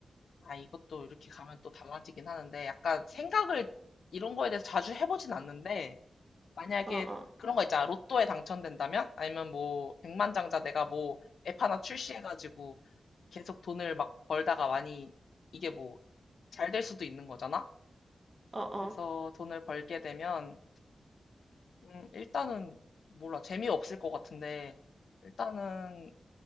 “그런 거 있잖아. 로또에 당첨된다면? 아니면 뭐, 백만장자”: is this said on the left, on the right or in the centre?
Left